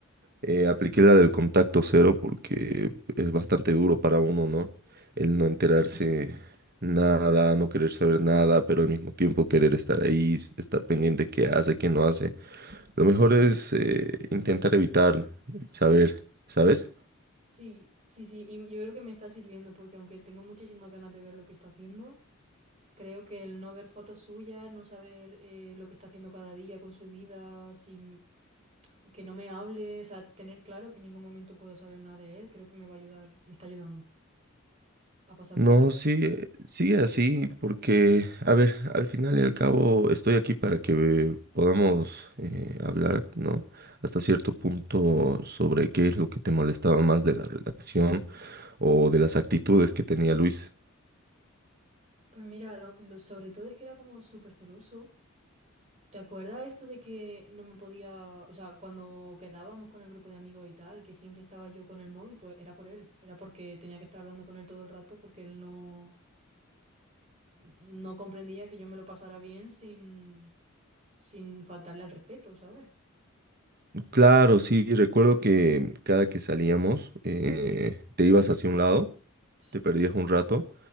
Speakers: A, on the right; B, on the right.
A: eh, apliqué la del contacto cero porque es bastante duro para uno, ¿no? El no enterarse nada, no querer saber nada, pero al mismo tiempo querer estar ahí, s- estar pendiente qué hace, qué no hace. Lo mejor es eh, intentar evitar saber, ¿sabes?
B: sí, sí, sí, y yo creo que me está sirviendo, porque aunque tengo muchísimas ganas de ver lo que está haciendo, creo que el no ver fotos suyas, no saber eh, lo que está haciendo cada día con su vida, sin, que no me hable, o sea, tener claro que en ningún momento puedo saber nada de él, creo que me va a ayudar, me está ayudando a pasar
A: No,
B: página.
A: sí, sigue así, porque, a ver, al final y al cabo estoy aquí para que podamos eh, hablar, ¿no? Hasta cierto punto sobre qué es lo que te molestaba más de la relación o de las actitudes que tenía Luis.
B: Pues mira, lo, lo- sobre todo es que era como súper celoso. ¿Te acuerdas esto de que no me podía, o sea, cuando quedábamos con el grupo de amigos y tal, que siempre estaba yo con el móvil, pues era por él, era porque tenía que estar hablando con él todo el rato porque él no, no comprendía que yo me lo pasara bien sin, sin faltarle al respeto, ¿sabes?
A: Claro, sí, recuerdo que cada que salíamos eh, te ibas hacia un lado
B: Sí,
A: te perdías un rato